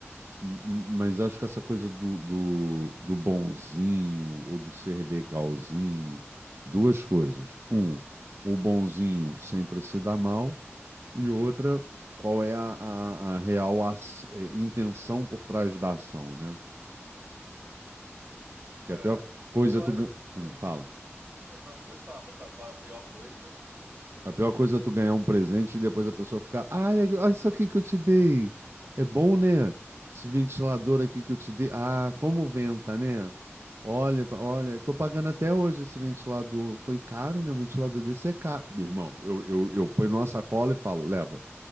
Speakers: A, on the right; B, on the right.
A: M- Mas acho que essa coisa do, do, do bonzinho ou do ser legalzinho, duas coisas. Um, o bonzinho sempre se dá mal, e outra, qual é a, a, a real as- eh, intenção por trás da ação, né? Porque
B: É.
A: a pior coisa
B: Eu
A: é tu
B: acho.
A: gan- Hum,
B: Hum.
A: fala.
B: Pô, Não, pode falar, pode falar qual é a pior coisa.
A: A pior coisa é tu ganhar um presente e depois a pessoa ficar, ah, é- olha isso aqui que eu te dei. É bom, né? Esse ventilador aqui que eu te dei. Ah, como venta, né? Olha, pa- olha, tô pagando até hoje esse ventilador. Foi caro, né? Um ventilador desse é caro. Meu irmão, eu, eu, eu ponho numa
B: <laughs>
A: sacola e falo, leva,